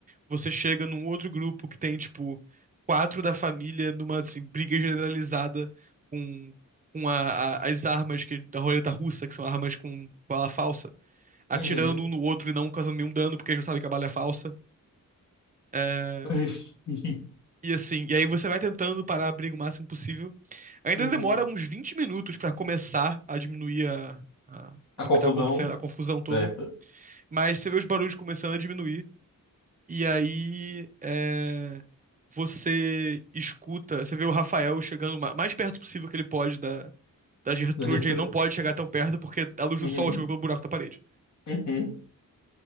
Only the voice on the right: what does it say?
Você chega num outro grupo que tem, tipo, quatro da família numa, assim, briga generalizada com, com a- a- as armas que, da roleta russa, que são armas com bala falsa, atirando
um no outro e não causando nenhum dano, porque eles não sabem que a bala é falsa. É,
e assim, e aí você vai tentando parar a briga o máximo possível. Ainda
demora uns 20 minutos pra começar a diminuir a, a-
o
que tá acontecendo, a confusão toda,
mas você vê os barulhos começando a diminuir. E aí é, você escuta, você vê o Rafael chegando ma- mais perto possível que ele pode da, da Gertrude.
Ele não pode chegar tão perto porque a luz
do sol chegou pelo buraco da parede.